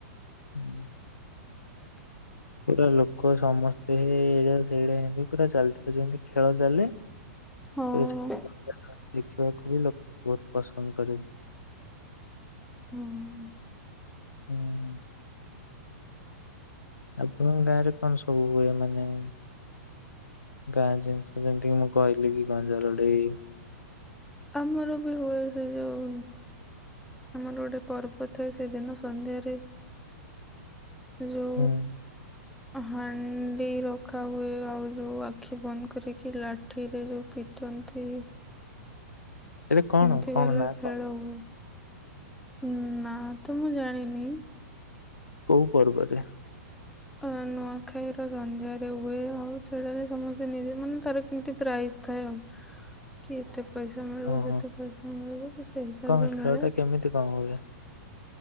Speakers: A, on the left; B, in the centre.
A: ଉହୁଁ। ପୁରା ଲୋକ ସମସ୍ତେ ହେଇଟା ସେଇଟା ଏମିତି ପୁରା ଚାଲିଥିବ ଯେମିତି ଖେଳ ଚାଲେ।
B: ହଁ।
A: ଏ ସେମିତି ଦେଖିବାକୁ ବି ଲୋକ ବହୁତ ପସନ୍ଦ କରିବେ।
B: ହୁଁ।
A: ହୁଁ। ଆପଣ ଗାଁ ରେ କଣ ସବୁ ହୁଏ ମାନେ? ଗାଁ ଜିନିଷ ଯେମିତି କି ମୁଁ କହିଲି କି ଗଞ୍ଜା ଲଢ଼େଇ
B: ଆମର ବି ହୁଏ। ସେ ଯୋଉ ଆମର ଗୋଟେ ପର୍ବ ଥାଏ ସେଦିନ ସନ୍ଧ୍ୟାରେ ଯୋଉ
A: ହୁଁ।
B: ହାଣ୍ଡି ରଖା ହୁଏ ଆଉ ଯୋଉ ଆଖି ବନ୍ଦ କରିକି ଲା ଠିରେ ଯୋଉ ପିଟନ୍ତି।
A: ସେଇଟା କଣ?
B: ସେମିତି
A: କଣ
B: ବାଲା
A: ନା
B: ଖେଳ
A: କଣ?
B: ହୁଏ। ନାଁ ତ ମୁଁ ଜାଣିନି।
A: କୋଉ ପର୍ବରେ?
B: ଅ ନୂଆଁଖାଇର ସନ୍ଧ୍ୟାରେ ହୁଏ। ଆଉ ସେଟାରେ ସମସ୍ତେ ନିଜେ ମାନେ ତାର କେମିତି ପ୍ରାଇଜ୍ ଥାଏ ଆଉ।
A: <inaudible>
B: କି ଏତେ ପଇସା ମିଳିବ,
A: ଓହୋ!
B: ସେତେ ପଇସା ମିଳିବ ତ ସେଇ ହିସାବରେ
A: କଣ ଖେଳଟା
B: ମିଳେ।
A: କେମିତି କଣ ହୁଏ?